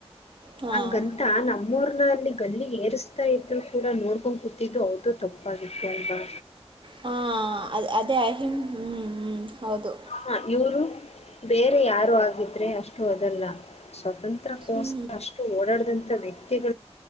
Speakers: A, on the right; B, on the left.
A: ಹಾಂ
B: ಅಂಗಂತ ನಮ್ ಇವ್ರ್ನ ಅಲ್ಲಿ ಗಲ್ಲಿಗ್ ಏರಿಸ್ತಾ ಇದ್ರು ಕೂಡ ನೋಡ್ಕೊಂಡ್ ಕೂತಿದ್ದು ಅವ್ರ್ದೂ ತಪ್ಪಾಗಿತ್ತು ಅಲ್ವಾ?
A: ಹಾ ಅದ್ ಅದೇ ಅಹಿಂ ಹ್ಮ್ ಹ್ಮ್ ಹೌದು.
B: ಹ ಇವರು ಬೇರೆ ಯಾರೋ ಆಗಿದ್ರೆ ಅಷ್ಟು ಅದಲ್ಲ ಸ್ವತಂತ್ ತ್ರ ಕೋಸ್
A: ಹ್ಞೂ
B: ಕರ ಅಷ್ಟ್ ಓಡಾಡ್ದಂತ ವ್ಯಕ್ತಿ <unintelligible>